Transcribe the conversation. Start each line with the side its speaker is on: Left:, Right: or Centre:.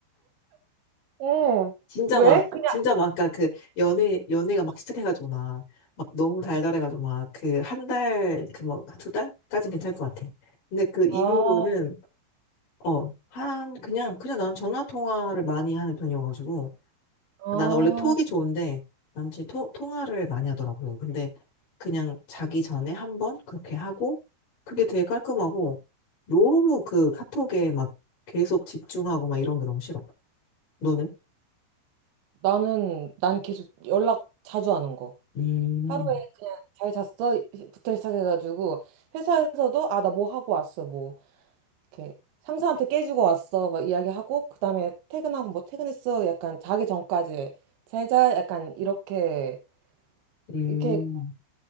Right: 어.
Left: 진짜
Right: 왜?
Left: 막,
Right: 그-
Left: 진짜 막, 아까 그, 연애, 연애가 막 시작해가지고 막, 막 너무 달달해가지고 막, 그, 한 달, 그 뭐, 두 달까진 괜찮을 것 같아. 근데 그 이후로는,
Right: 아,
Left: 어, 한, 그냥, 그냥 난 전화 통화를 많이 하는 편이어가지고,
Right: 아,
Left: 나는 원래 톡이 좋은데, 남친이 토, 통화를 많이 하더라고요. 근데 그냥 자기 전에 한 번 그렇게 하고, 그게 되게 깔끔하고, 너무 그 카톡에 막 계속 집중하고 막 이런 게 너무 싫어. 너는?
Right: 나는, 난 계속 연락 자주 하는 거.
Left: 음,
Right: 하루에 그냥 잘 잤어? 부터 시작해가지고, 회사에서도, 아, 나 뭐 하고 왔어, 뭐. 이렇게 상사한테 깨지고 왔어, 막 이야기하고, 그 다음에 퇴근하고 뭐 퇴근했어? 약간 자기 전까지 잘 자? 약간 이렇게,
Left: 음.
Right: 이렇게